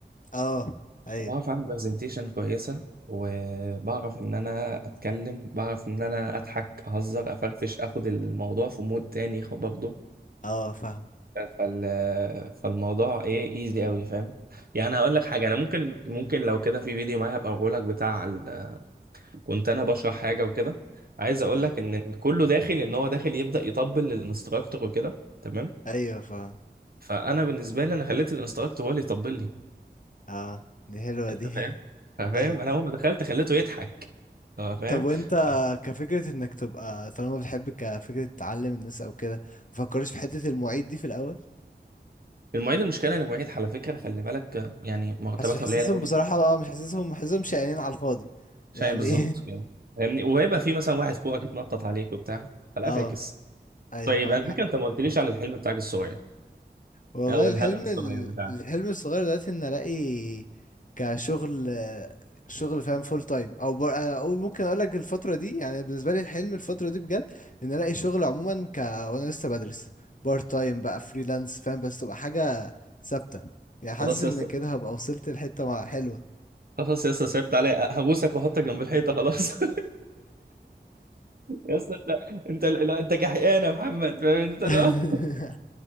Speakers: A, on the left (about 45°); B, on the right (about 55°).
A: اه ايوه
B: بعرف اعمل برزنتيشن كويسه وبعرف ان انا اتكلم بعرف ان انا اضحك اهزر افرفش اخد الموضوع في مود تاني خ- برضه
A: اه فاهم
B: ف- فال... فالموضوع ايه ايزي قوي فاهم يعني هقول لك حاجه انا ممكن
A: مم.
B: ممكن لو كده في فيديو معايا هبقى اقول لك بتاع ال... كنت انا بشرح حاجه وكده عايز اقول
A: ايوه
B: لك ان كله داخل ان هو داخل يبدا يطبل للانستراكتور وكده تمام
A: ايوه فاهم
B: فانا بالنسبه لي انا خليت الانستراكتور هو اللي يطبل لي
A: اه دي حلوة دي
B: انت فاهم
A: <laughs>
B: فاهم
A: ايوه
B: انا اول ما دخلت خليته يضحك أه فاهم
A: طب وانت
B: ف-
A: كفكرة انك تبقى طالما بتحب كفكرة تعلم الناس او كده مفكرش في حتة المعيد دي في الاول
B: المعيد المشكله ان المعيد على فكره خلي بالك آه، يعني مرتباتها
A: حاسس حاسسهم
B: قليله قوي
A: بصراحة بقى مش حاسسهم حاسسهم شقيانين على الفاضي
B: شايف
A: يعني
B: بالظبط كده فاهمني وهيبقى في مثلا واحد فوقك يتنطط عليك وبتاع
A: <laughs>
B: فلا
A: اه
B: فاكس
A: ايوه
B: طيب
A: معاك
B: على فكره انت ما قلتليش عن الحلم بتاعك الصغير
A: والله
B: او الهدف
A: الحلم
B: الصغير
A: ال-
B: بتاعك
A: الحلم الصغير دلوقتي ان الاقي كشغل شغل فاهم فول تايم او بر... اقول ممكن اقول لك الفتره دي يعني بالنسبه لي الحلم الفتره دي بجد ان الاقي شغل عموما ك وانا لسه بدرس بارت تايم بقى فريلانس فاهم بس تبقى حاجه ثابته يعني حاسس
B: خلاص
A: ان
B: يا اسطى
A: كده هبقى وصلت لحته مع- حلوه
B: خلاص يا اسطى سيبت عليا هبوسك وأحطك جنب الحيطه خلاص <laughs> يا اسطى انت انت لا انت كحيان يا محمد فاهم انت
A: <laughs>
B: لا